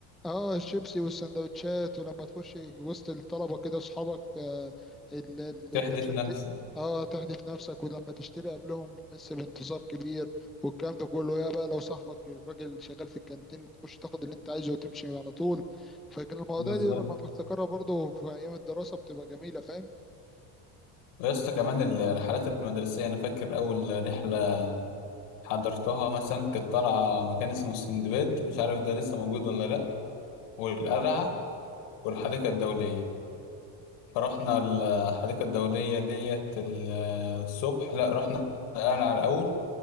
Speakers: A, in the centre; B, on the left.
A: اه الشيبسي والسندوتشات ولما تخش وسط الطلبة كده اصحابك آه ال- ال-
B: تحدف
A: التشتي
B: نفسك
A: اه تحدف نفسك ولما تشتري قبلهم بتحس بانتصار كبير والكلام ده كله يا بقى لو صاحبك الراجل شغال في الكانتين بتخش تاخد اللي انت عايزه وتمشي على طول فكان المواضيع
B: بالظبط
A: دي لما بفتكرها برضه في ايام الدراسة بتبقى جميلة فاهم
B: يا اسطى كمان الرحلات المدرسية أنا فاكر أول رحلة حضرتها مثلا كانت طالعة مكان اسمه السندباد مش عارف ده لسه موجود ولا لأ والقلعة والحديقة الدولية رحنا الحديقة الدولية ديت ال- الصبح لا رحنا القلعة الأول